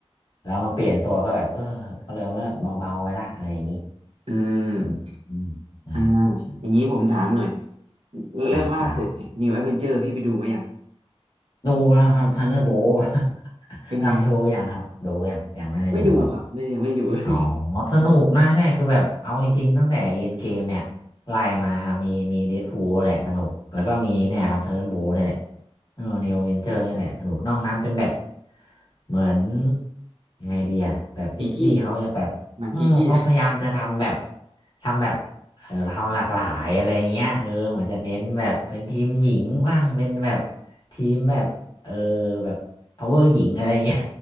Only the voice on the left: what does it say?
แล้วมาเปลี่ยนตัวก็แบบเออก็เริ่มแล้วเบาๆไปละอะไรอย่างนี้
อืมอืมได้ใช่
ครับได้
ดูแล้วครับทันเดอร์โบ <laughs>
นำดูอย่างครับดูอย่างยังไม่ได้ดูเปล่า
อ๋อสนุกนะใช่คือแบบเอาจริงๆตั้งแต่เอ็นเกมเนี่ยไล่มามีมีเดดพูลแหละสนุกแล้วก็มีเนี่ยครับทันเดอร์โบนี่แหละเออนิวเวนเจอร์นี่แหละสนุกนอกนั้นเป็นแบบเหมือนยังไงดีอะแบบดิสนีย์เขาจะแบบอืมเขาพยายามจะทำแบบ
ทำแบบเออทำหลากหลายอะไรเงี้ยเออเหมือนจะเน้นแบบเป็นทีมหญิงบ้างเป็นแบบทีมแบบเออแบบพาวเวอร์หญิงอะไรเงี้ย